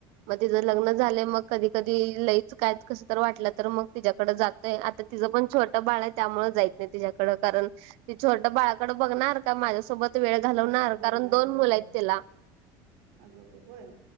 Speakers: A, on the right; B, on the right.
A: मग तिझं लग्न
B: हम्म
A: झालं मग कधी कधी लईच काय कसं तर वाटलं तर मग तिच्याकड जात ते आता तिचं पण छोटं बाळ त्यामुळे जाईत नाही तिच्याकड कारण त छोटं बाळाकड बघणार का माझ्यासोबत वेळ घालवणार
B: माझ्या संग बोलणार
A: कारण दोन
B: होय
A: मुल आहेत तिला.
B: अगं बाई होय